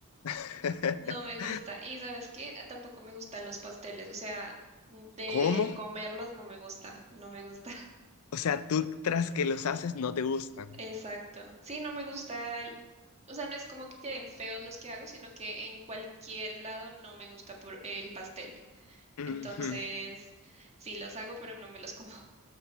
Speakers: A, on the left (about 70°); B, on the right (about 30°).
A: <laughs>
B: no me gusta. Y ¿sabes qué? Tampoco me gustan los pasteles, o sea, de
A: ¿Cómo?
B: comerlos no me gusta, no me gusta. <laughs>
A: O sea, tú tras que los haces no te gustan.
B: Exacto. Sí, no me gusta el... O sea, no es como que queden feos los que hago, sino que en cualquier lado no me gusta por el pastel.
A: Ujú.
B: Entonces, sí los hago, pero no me los como.